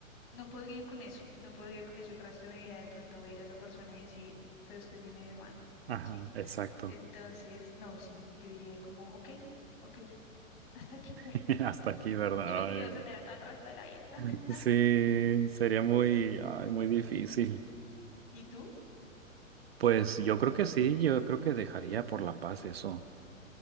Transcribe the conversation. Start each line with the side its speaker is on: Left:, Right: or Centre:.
Left: No podría con eso, no podría con eso el resto de mi vida de pronto ver a esa persona y decir, pero es que es mi medio hermano,
Right: Ajá,
Left: ¿sí?
Right: exacto.
Left: Entonces, no, sí, yo diría como, ok, ok, <laughs> hasta aquí fue.
Right: <laughs> Hasta aquí, ¿verdad?
Left: Y me quedo
Right: Ay,
Left: soltera todo el resto de la vida. <laughs>
Right: <laughs> sí, sería muy, ay, muy difícil.
Left: ¿Y tú?
Right: Pues yo
Left: ¿Qué
Right: creo
Left: harías?
Right: que sí, yo creo que dejaría por la paz eso.